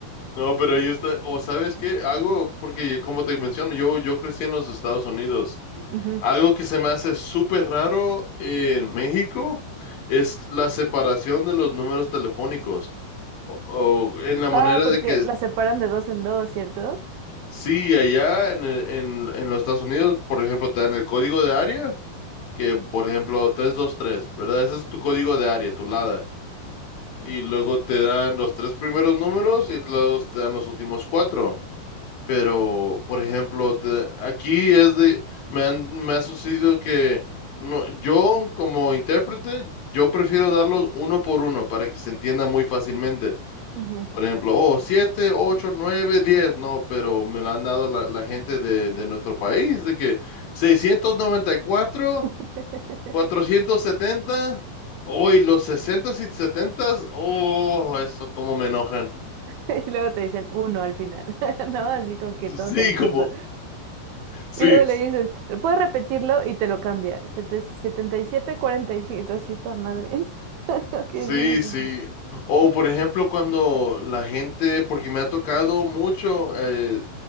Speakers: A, on the left; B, on the right.
A: No, pero ahí está, o sabes qué, algo, porque como te menciono, yo, yo crecí en los Estados Unidos.
B: Ujú.
A: Algo que se me hace súper raro en México es la separación de los números telefónicos. O, o en la manera
B: Ah, porque
A: de que,
B: la separan de dos en dos, ¿cierto?
A: sí, allá en, el- en, en los Estados Unidos, por ejemplo, te dan el código de área, que por ejemplo 323, ¿verdad? Ese es tu código de área, tu LADA. Y luego te dan los tres primeros números y luego te dan los últimos cuatro. Pero, por ejemplo, te- aquí es de, me han, me ha sucedido que no, yo como intérprete, yo prefiero darlos uno por uno para que se entienda muy fácilmente.
B: Ujú.
A: Por ejemplo, oh, siete, ocho, nueve, diez, no, pero me lo han dado la, la gente de, de nuestro país, de que seiscientos noventa y cuatro
B: <laughs>
A: cuatrocientos setenta hoy los 60 y 70, oh, eso como me enojan.
B: <laughs> Y luego te dicen uno al final, <laughs> ¿no? Así como
A: <laughs>
B: que todo
A: Sí,
B: confuso.
A: como, sí.
B: Y luego le dices, ¿puedes repetirlo? Y te lo cambia. Sete- 77, 45. Y cinco. Y tú así, "Ta madre. <laughs> Que
A: Sí,
B: es bien difícil.
A: sí. O por ejemplo, cuando la gente, porque me ha tocado mucho, eh,